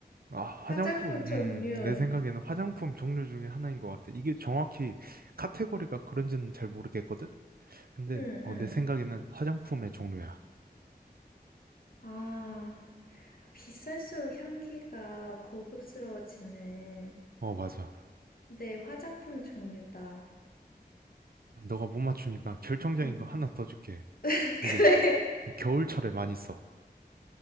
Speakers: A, on the right; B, on the left.
A: 아, 화장품.
B: 화장품
A: 음,
B: 종류.
A: 내 생각에는 화장품 종류 중에 하나인 것 같아. 이게 정확히 카테고리가 그런지는 잘 모르겠거든? 근데
B: 응,
A: 어,
B: 응.
A: 내 생각에는 화장품의 종류야.
B: 아, 비쌀수록 향기가 고급스러워지는.
A: 어, 맞아.
B: 네, 화장품 종류다.
A: 너가 못 맞추니까 결정적인
B: 응.
A: 거 하나 더 줄게.
B: <laughs> 그래.
A: 이게 겨울철에 많이 써.